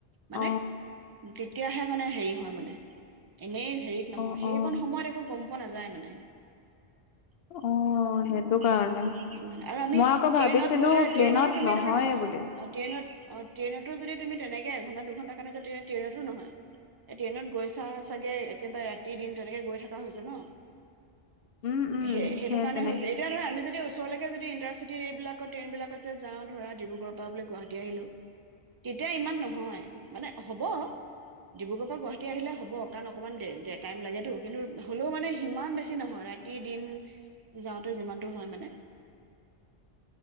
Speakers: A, on the left (about 70°); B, on the right (about 40°).
A: অ
B: মানে তেতিয়াহে মানে হেৰি হয় মানে। এনেই হেৰিত নহয়
A: অ
B: সেইকন
A: অ
B: সময়ত একো গম পোৱা নাযায় মানে। <unintelligible>
A: অ
B: <unintelligible>
A: সেইটো কাৰণে
B: আৰু আমি
A: মই
B: ট্ৰেইনত
A: আকৌ ভাবিছিলো
B: গ'লে,
A: প্লেনত
B: ট্ৰেইনটো তুমি
A: নহয়ে
B: ধৰা অ'।
A: বুলি
B: ট্ৰেইনত অ' ট্ৰেইনটো যদি তুমি তেনেকে এঘন্টা দুঘণ্টা কাৰণে যোৱা ট্ৰেইন, ট্ৰেইনটো নহয়। ট্ৰেইনত গৈছা চাগে একেবাৰে ৰাতি দিন তেনেকে গৈ থকা হৈছে ন।
A: উম, উম
B: সেই সেইটো
A: সেত
B: হৈছে, এতিয়া ধৰা আমি যদি ওচৰলৈকে যদি ইনটাৰচিটি এইবিলাকত ট্ৰেইনবিলাকত যে যাওঁ ধৰা ডিব্ৰুগড়ৰ পৰা বোলে গুৱাহাটী আহিলোঁ। তেতিয়া ইমান নহয়, মানে হ'ব ডিব্ৰুগড়ৰ পৰা গুৱাহাটী আহিলে হ'ব কাৰণ অকমান দে টাইম লাগেটো, কিন্তু হ'লেও মানে সিমান বেছি নহয় ৰা <unintelligible> দিন যাওঁতে যিমানটো হয় মানে।